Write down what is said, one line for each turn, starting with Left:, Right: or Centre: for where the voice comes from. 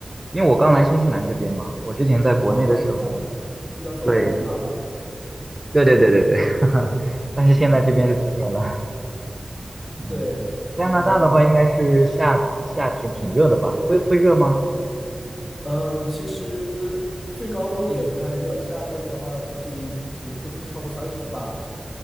Right: 因为我刚来新西兰这边嘛，我之前在国内的时候，
Left: 哦，新西兰自然风光也是蛮好的。
Right: 对对对对对对，<laughs> 哈哈，但是现在这边是冬天了，
Left: 嗯，
Right: 嗯，
Left: 对，
Right: 加拿大的话应该是夏夏天挺热的吧？
Left: 呃
Right: 会会热吗？
Left: 嗯，其实最高也不太热，夏天的话估计也就不超过三十吧。